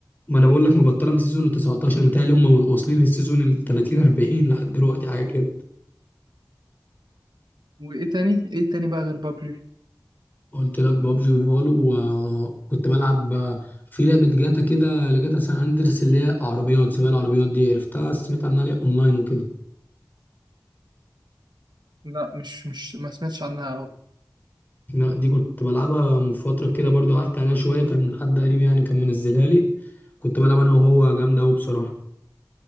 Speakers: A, on the left; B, on the right.
A: ما انا بقول لك مبطله من السيزون ال 19 متهيألي هم واصلين للسيزون ال 30 40 لحد دلوقتي حاجه كده
B: وايه تاني ايه تاني بقى غير بابجي
A: قلت لك بابجي وفولو وكنت بلعب في لعبة جاتا كده لجاتا سان اندرس اللي هي عربيات سباق العربيات دي عرفتها سمعت عنها ليه اونلاين وكده
B: لا مش مش ما سمعتش عنها أوي
A: لا دي كنت بلعبها من فترة كده برضو قعدت عليها شوية كان حد قريب يعني كان منزلها لي كنت بلعب انا وهو جامدة قوي بصراحة